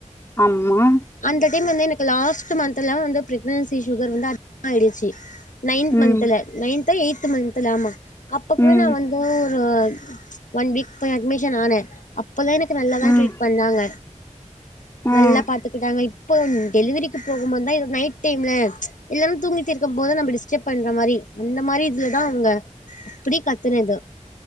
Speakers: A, on the left; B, on the left.
A: ஆமா
B: அந்த டைம் வந்து எனக்கு லாஸ்ட் மந்த்லா வந்து பிரக்னன்சி சுகர் வந்து அதிகமா ஆயிடுச்சு நைன்த்
A: ம்
B: மந்த்ல நைன்தோ எய்த்து மந்த்ல ஆமா அப்ப கூட
A: ம்
B: நா வந் ஒ ரோ ஒன் வீக் போய் அட்மிஷன் ஆனே அப் அப்பலா எனக்கு நல்லாதா
A: ம்
B: ட்ரீட் பண்ணாங்க
A: ம்
B: நல்லா பாத்துகிட்டாங்க இப் இப்போ டெலிவரிக்கு போகும்போதா எனக்கு நைட் டைம்ல இல்லாம தூங்கிட்டு இருக்கும் போது நம்ம டிஸ்டப் பண்ற மாரி அந்த மாரி இதுலதா அவங்க அப்டி கத்துனது